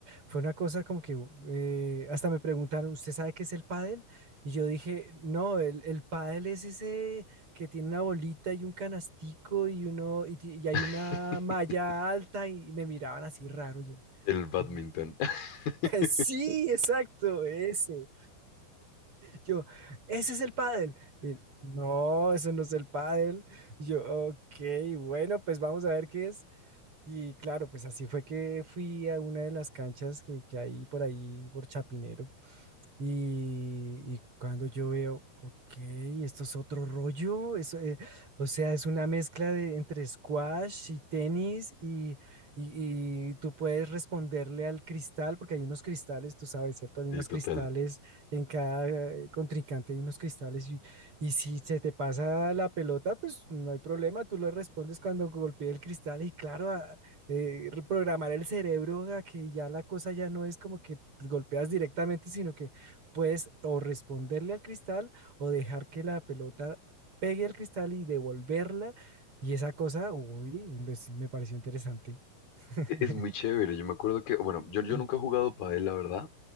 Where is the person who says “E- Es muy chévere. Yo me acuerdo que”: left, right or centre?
Left